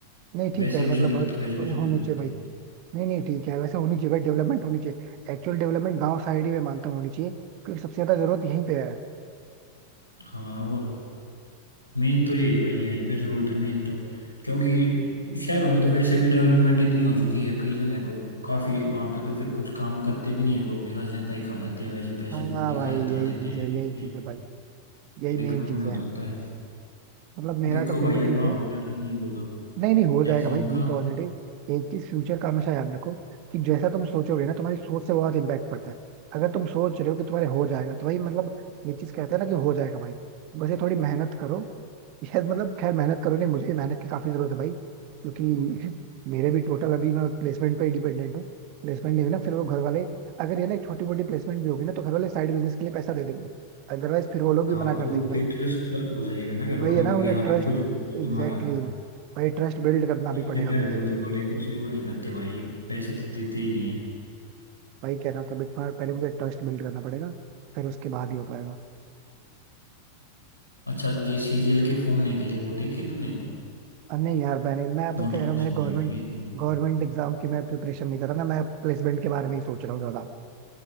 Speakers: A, on the left; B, on the right.
A: पे।
B: नहीं ठीक
A: वैसे
B: है यार
A: भी
B: मतलब
A: सोनीपत
B: बहुत-
A: को एजुकेशन
B: होनी
A: अब मिलती
B: चाहिए भाई
A: है
B: नहीं नहीं ठीक है वैसे होनी चाहिए भाई डेवलपमेंट होनी चाहिए एक्चुअल डेवलपमेंट गांव साइड ही मैं मानता हूँ होनी चाहिए क्योंकि सबसे ज्यादा जरूरत यहीं पे है
A: हाँ और मेन तो यही है भाई यहीं पे जरूरत है मेन तो क्योंकि शहरों में तो वैसे भी डेवलपमेंट इतनी हो चुकी है कई जगह तो काफी वहां पे तो फिर कुछ काम करते भी नहीं है लोग राजनेता ही खा जाते हैं वैसे पैसे
B: हाँ
A: को दिखा
B: भाई
A: इतना
B: यही
A: देते
B: चीज
A: हैं
B: है
A: फिर
B: यही
A: ये
B: चीज है भाई यही
A: अभी
B: मेन
A: गाँव
B: चीज
A: में हो
B: है
A: जाता है
B: मतलब मेरा
A: देखो
B: तो फिर
A: भाई
B: भी ठीक
A: अपना
B: है
A: होगा कि नहीं होगा
B: नहीं नहीं हो जाएगा
A: एग्जाम
B: भाई बी
A: का
B: पॉजिटिव एक चीज फ्यूचर का हमेशा याद रखो कि जैसा तुम सोचोगे ना तुम्हारी सोच से बहुत इम्पैक्ट पड़ता है अगर तुम सोच रहे हो कि तुम्हारे हो जाएगा तो भाई मतलब ये चीज कहते हैं ना कि हो जाएगा भाई बस ये थोड़ी मेहनत करो यार मतलब खैर मेहनत करो नहीं मुझे भी मेहनत की काफी जरूरत है भाई क्योंकि <laughs> मेरे भी टोटल अभी मैं प्लेसमेंट पे ही डिपेंडेंट हूँ प्लेसमेंट नहीं हुई ना फिर वो घर वाले अगर ये ना एक छोटी मोटी प्लेसमेंट भी होगी ना तो घर वाले साइड बिजनेस के लिए पैसा दे देंगे अदरवाइज फिर वो लोग
A: हाँ
B: भी मना कर
A: वो
B: देंगे भाई
A: फिर ट्रस्ट हो जाएगा ना घर वालों
B: वही है ना
A: का
B: उन्हें
A: कि हाँ
B: ट्रस्ट
A: भाई खुद कमा
B: एग्जैक्टली
A: रहा है
B: exactly, भाई ट्रस्ट बिल्ड करना
A: इससे
B: भी पड़ेगा
A: पहले
B: मुझे
A: तो घर वाले कुछ वो नहीं करते भाई पैसे तो देते ही नहीं है
B: वही कह रहा हूँ कि अभी तुम्हारा- पहले मुझे ट्रस्ट बिल्ड करना पड़ेगा फिर उसके बाद ही हो पाएगा
A: अच्छा जो सीरियल के फॉर्म निकले वो देखे तुमने
B: अब नहीं यार मैंने मैं अभी
A: नोटिफिकेशन
B: कह रहा हूँ मैंने गवर्नमेंट
A: आ गया सीरियल का
B: गवर्नमेंट एग्जाम की मैं प्रिपरेशन नहीं कर रहा ना मैं प्लेसमेंट के बारे में ही सोच रहा हूँ ज्यादा